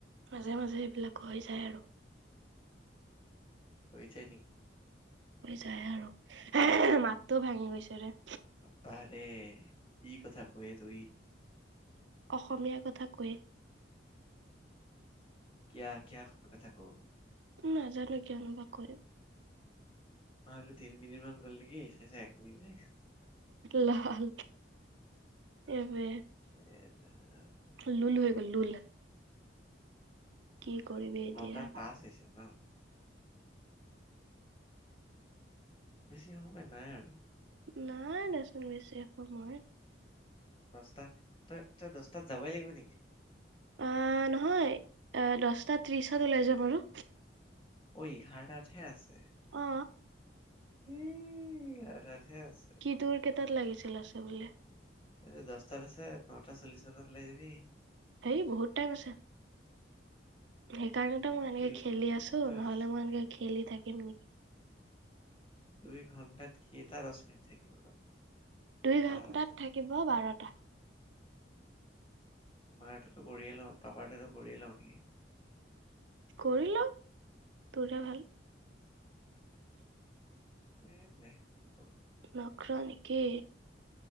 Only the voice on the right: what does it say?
মাজে মাজে সেইবিলাক হৈ যায় আৰু।
যায় আৰু <unintelligible> মাতটো ভাঙি গৈছে ৰে।
অসমীয়া কথা কয়।
নাজানো কিয়নোবা কয়।
লাল এ বে!
লুল হৈ গ'ল লুল। কি কৰিবি? এতিয়া।
নাই দেচোন বেছি সময়।
অঁ নহয় এ দছটা ত্ৰিশত ওলাই যাম আৰু।
অ
কি তোৰ কেইটাত লাগিছিলে আছে বোলি?
সেই বহুত টাইম আছে। সেইকাৰণে ত মই এনেকে
খেলি
আছো, নহলে
মই এনেকে খেলি থাকিম নি?
দুই ঘণ্টাত
থাকিব বাৰটা।
কৰি ল, তোৰে ভাল।
নকৰ নেকি?